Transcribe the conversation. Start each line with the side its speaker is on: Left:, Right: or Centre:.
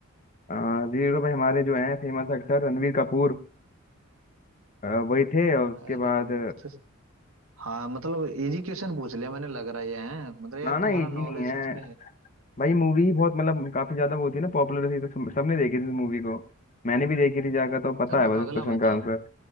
Left: आ, जी तो भाई हमारे जो हैं फेमस एक्टर रणवीर कपूर आ, वही थे और उसके
Right: अरे
Left: बाद
Right: भाई ये तो हाँ मतलब इजी क्वेश्चन पूछ लिया मैंने लग रहा है ये हैं मतलब यार
Left: ना ना
Right: तुम्हारा
Left: ये
Right: नॉलेज
Left: जी नहीं है
Right: सच में है
Left: भाई मूवी ही बहुत मतलब काफी ज्यादा वो थी ना पॉपुलर थी तो सब- सबने देखी थी मूवी को मैंने भी देखी थी जाकर तो पता
Right: चलो
Left: है बस
Right: अगला
Left: इस क्वेश्चन
Right: बताओ
Left: का आंसर